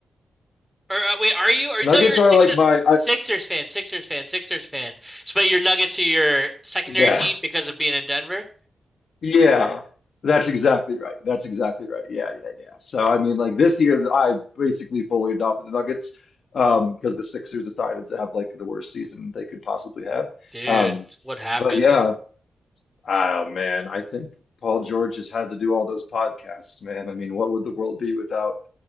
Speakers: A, in the centre; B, on the left (about 70°).
A: Or uh, wait, are you? Or
B: Nuggets
A: no, you're a
B: are
A: Sixers
B: like my I
A: Sixers fan, Sixers fan, Sixers fan. So, but your Nuggets are your secondary
B: yeah.
A: team because of being in Denver?
B: Yeah, that's exactly right. That's exactly right. Yeah, yeah, yeah. So I mean, like this year, I basically fully adopted the Nuggets um, because the Sixers decided to have like the worst season they could possibly have.
A: Dude,
B: Um,
A: what happened?
B: but yeah, oh man, I think Paul George has had to do all those podcasts, man. I mean, what would the world be without?